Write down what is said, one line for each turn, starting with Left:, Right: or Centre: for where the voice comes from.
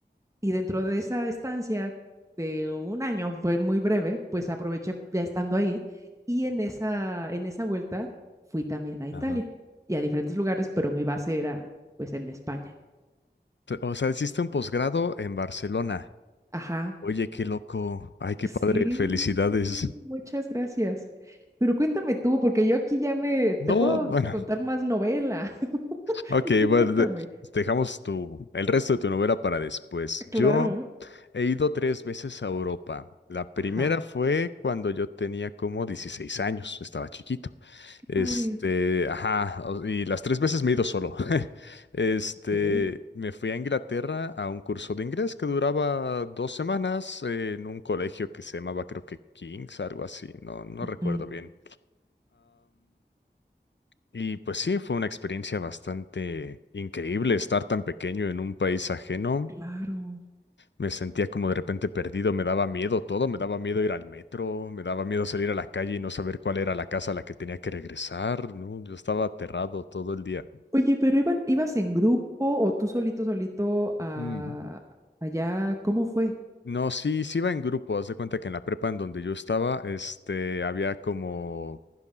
Right: y dentro de esa estancia de un año, fue muy breve, pues aproveché ya estando ahí y en esa, en esa vuelta fui también a Italia
Left: Ajá.
Right: y a diferentes lugares, pero mi base era pues en España.
Left: T- O sea, hiciste un posgrado en Barcelona.
Right: Ajá,
Left: Oye, qué loco. Ay, qué
Right: Sí,
Left: padre. Felicidades.
Right: muchas gracias. Pero cuéntame tú, porque yo aquí ya me, te
Left: No,
Right: puedo
Left: bueno.
Right: contar más novela. <laughs>
Left: Ok,
Right: Tú
Left: bueno,
Right: cuéntame.
Left: de- dejamos tu, el resto de tu novela para después.
Right: Claro.
Left: Yo he ido tres veces a Europa. La primera
Right: Ajá.
Left: fue cuando yo tenía como 16 años, estaba chiquito.
Right: Qué
Left: Este,
Right: padre.
Left: ajá, o- y las tres veces me he ido solo. <laughs> Este,
Right: Ok.
Left: me fui a Inglaterra a un curso de inglés que duraba dos semanas eh, en un colegio que se llamaba, creo que King's, algo así, no, no
Right: Ujú,
Left: recuerdo bien. Y pues sí, fue una experiencia bastante increíble estar tan pequeño en un país ajeno.
Right: Claro.
Left: Me sentía como de repente perdido, me daba miedo todo, me daba miedo ir al metro, me daba miedo salir a la calle y no saber cuál era la casa a la que tenía que regresar, ¿no? Yo estaba aterrado todo el día.
Right: Oye, pero iban, ¿ibas en grupo o tú solito, solito a,
Left: Mm.
Right: allá? ¿Cómo fue?
Left: No, sí, sí iba en grupo. Haz de cuenta que en la prepa en donde yo estaba, este, había como